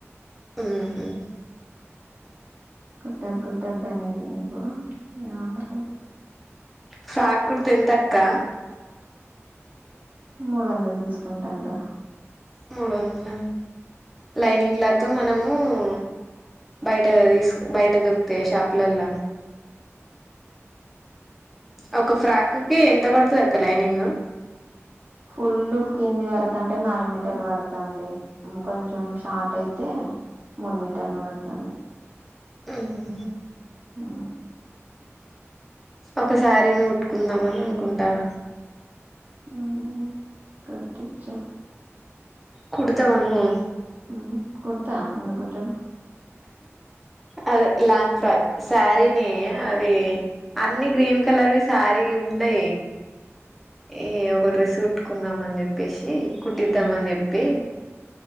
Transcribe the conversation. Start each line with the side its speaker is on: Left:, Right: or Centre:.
Centre: ఉహు
Right: కుట్టోదూ కుట్టోదూ అనేది ఇప్పుడు ఏమంటలే
Centre: ఫ్రాక్ కుడుతే ఎంత అక్కా
Right: మూడు వందలు తీసుకుంటాను రా
Centre: మూడు వందలా లైనింగ్ క్లాత్ మనము హు బయట తీస్ బయట దొరుకుతాయా షాపుల్ల ఒక ఫ్రాక్కిి ఎంత పడుతది అక్క లైనింగ్
Right: ఫుల్ కింది వరకంటే నాలుగు మీటర్లు పడుతాంది కొంచెం షార్ట్ అయితే మూడు మీటర్లు పడుతుంది
Centre: ఉహు
Right: ఆ
Centre: ఒకసారీని కొట్టుకుందామని అనుకుంటాను
Right: ఊ కుట్టిచ్చు
Centre: కుడుతవా నువ్వు
Right: ఉ కుడుతా ఎందుకు కుట్టను
Centre: అదే లాంగ్ ఫ్రాక్ శారీని అది అన్ని గ్రీన్ కలర్వి శారీ ఉన్నాయి ఏ ఓ డ్రెస్సు కుట్టుకుందాం అని చెప్పేసి కుట్టిద్దాం అని చెప్పి